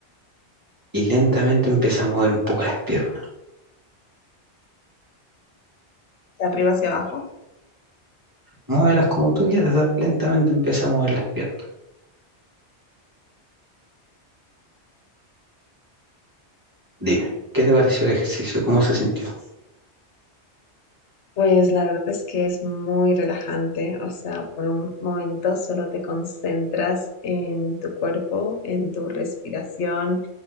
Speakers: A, on the right (about 20°); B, on the left (about 85°).
A: y lentamente empieza a mover un poco las piernas.
B: De arriba hacia abajo.
A: Muévelas como tú quieras, lentamente empieza a mover las piernas. Dime, ¿qué te pareció el ejercicio? ¿Cómo se sintió?
B: Pues la verdad es que es muy relajante, o sea, por un momento solo te concentras en tu cuerpo, en tu respiración